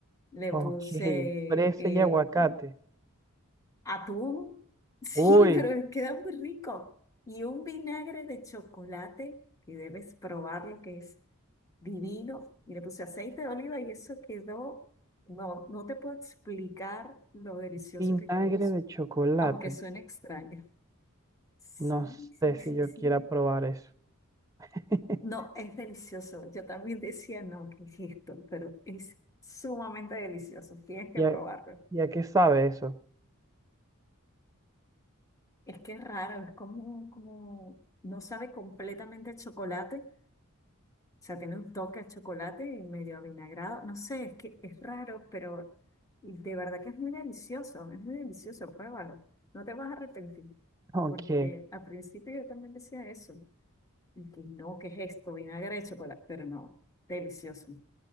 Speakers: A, on the left; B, on the right.
A: le
B: ok,
A: puse
B: <laughs> fresa
A: eh,
B: y aguacate.
A: Atún, sí,
B: Uy,
A: pero queda muy rico. Y un vinagre de chocolate, que debes probar lo que es divino. Y le puse aceite de oliva y eso quedó, no, no te puedo explicar lo delicioso
B: vinagre
A: que quedó eso,
B: de chocolate.
A: aunque suene extraño. Sí,
B: No
A: sí,
B: sé si
A: sí,
B: yo
A: sí.
B: quiera probar eso. <laughs>
A: No, es delicioso. Yo también decía, no, ¿qué es esto? Pero es sumamente delicioso. Tienes que
B: ¿Y a,
A: probarlo.
B: y a qué sabe eso? <laughs>
A: Es que es raro, es como, como no sabe completamente el chocolate, sea, tiene un toque a chocolate y medio avinagrado. No sé, es que es raro, pero de verdad que es muy delicioso, es muy delicioso, pruébalo. No te vas a arrepentir,
B: Ok,
A: porque al principio yo también decía eso, y que no, ¿qué es esto? Vinagre de chocolate, pero no, delicioso,